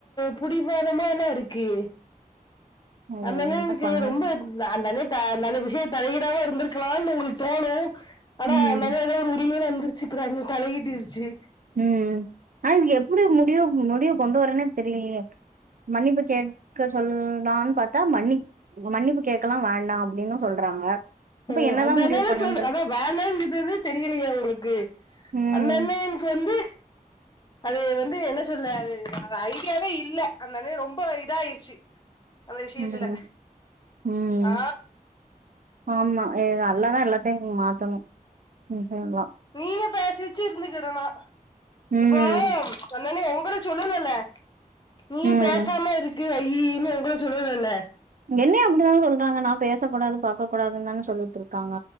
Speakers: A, on the left; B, on the right.
A: புடிவாதமால்ல இருக்கு
B: ம்
A: அதெல்லா
B: என்ன
A: எனக்கு
B: பண்ண
A: ரொம்ப நா நெறைய தா நல்ல விஷய தலையிடாம இருந்திருக்கலானு உங்களுக் தோணு ஆனா
B: ம்
A: நறைய ஒரு உரிமனு வந்துருச்சு இப்போ தங்கு தலையிட்டிருச்சு
B: ம் ஆனா இது எப்டி உங்ககிட்ட முடிவு முடிவு கொண்டு வரேன்னே தெரிலயே மன்னிப்பு கேட்க சொல்லான்னு பாத்தா மன்னி மன்னிப்பு கேக்கலா வேண்டா அப்டின்னு சொல்றாங்க அப்ப
A: ஹும்
B: என்னதா
A: அந்த
B: முடிவு
A: என்னா தா
B: பண்ணனு
A: சொல்
B: தெர்ல
A: அதா வேணா சொல்றது தெரிலையா உங்களுக்கு
B: ம்
A: அந்த அண்ண எனக்கு வந்து அது வந்து என்ன சொல்ல அது ஐடியாவே இல்ல அந்த அண்ண ரொம்ப இதா ஆயிடுச்சு அந்த விஷியத்துல
B: ம் ம்
A: ஆ
B: ஆமா ஏ அல்லாதா எல்லாத்தையு மாத்தணு ம் சொல்லலா
A: நீயே பேசி வெச்சு இருந்துக்கிடனோ
B: ம்
A: இப்போ அண்ணனே உங்கள சொல்லல்லல நீ
B: ம்
A: பேசாம இரு க்கு ஐயுன்னு உங்கள சொல்லலல
B: என்ன அப்டித்தானே சொல்றாங்க நா பேசக் கூடாது பாக்க கூடாதுன் தானே சொல்ட்டுருக்காங்க